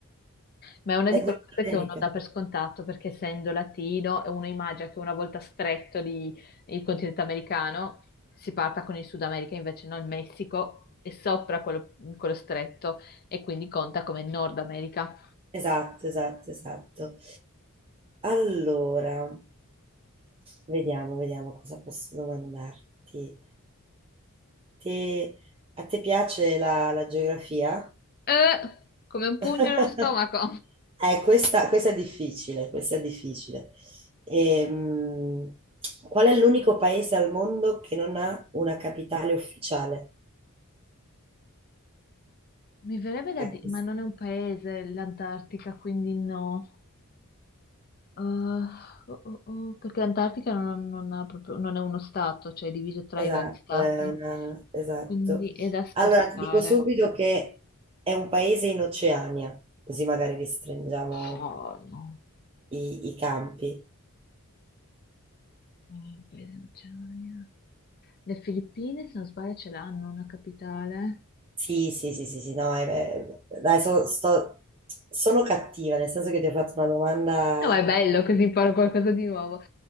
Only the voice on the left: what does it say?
Ma è una
di
quelle cose
che uno dà per scontato perché essendo latino uno immagina che una volta stretto lì il continente americano si parta con il Sud America, invece no, il Messico è sopra quello, quello stretto e quindi conta come Nord America.
Eh, come un pugno
nello stomaco.
Mi verrebbe da
dire,
ma non è un paese l'Antartica, quindi no. Eh, oh, oh, oh, perché l'Antartica non, non ha proprio- non è uno stato, cioè è diviso tra
i vari stati,
quindi è da scartare.
Oh, no,
Oh, Paese dell'Oceania. Le Filippine, se non sbaglio, ce l'hanno una capitale.
No, ma è bello così imparo qualcosa di nuovo.